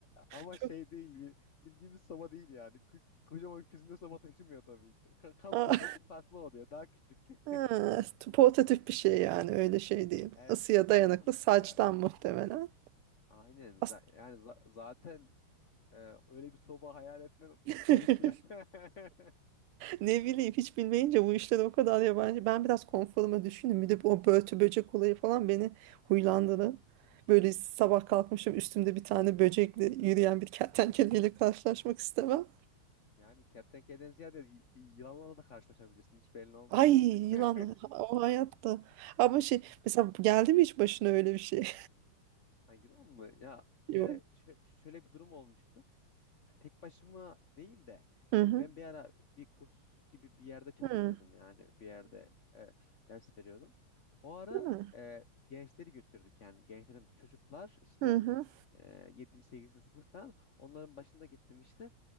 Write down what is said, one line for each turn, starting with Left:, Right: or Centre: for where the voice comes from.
Left: Ama
Right: Çok
Left: şey değil bir bildiğiniz soba değil yani. K- Kocaman küzünde soba taşımıyor tabii ki. Ka- kamp
Right: Aa,
Left: sopası farklı oluyor. Daha küçük.
Right: <laughs> ha,
Left: <laughs>
Right: portatif bir şey yani öyle şey değil.
Left: Evet
Right: Isıya
Left: ta-
Right: dayanıklı
Left: tabii ki
Right: saçtan
Left: ya.
Right: muhtemelen.
Left: Aynen.
Right: As-
Left: Za- yani za- zaten e, öyle bir soba hayal etmen
Right: <laughs>
Left: garip ya. <laughs>
Right: Ne bileyim hiç bilmeyince bu işler o kadar yabancı. Ben biraz konforuma düşündüm. Bir de bu o börtü böcek olayı falan beni huylandırdı Böyle sabah kalkmışım üstümde bir tane böcekle yürüyen bir kertenkeleyle karşılaşmak istemem.
Left: Yani kertenkeleden ziyade y- yılanlarla da karşılaşabilirsin. Hiç belli olmaz.
Right: Ay yılan
Left: <laughs>
Right: ha- o hayatta. Ama şey mesela geldi mi hiç başına öyle bir şey?
Left: Ha, yılan mı? Ya bir
Right: <laughs>
Left: kere
Right: Yok.
Left: şö- şöyle bir durum olmuştu. E, Tek başıma değil de
Right: Hı
Left: hani
Right: hı.
Left: ben bir ara bir kurs gibi bir yerde çalışıyordum
Right: Hı hı.
Left: yani bir yerde e, ders veriyordum. O ara
Right: Hı hı.
Left: e, gençleri götürdük yani gençlerim çocuklar işte
Right: Hı hı.
Left: e, 7. 8. sınıf falan onların başında gittim işte.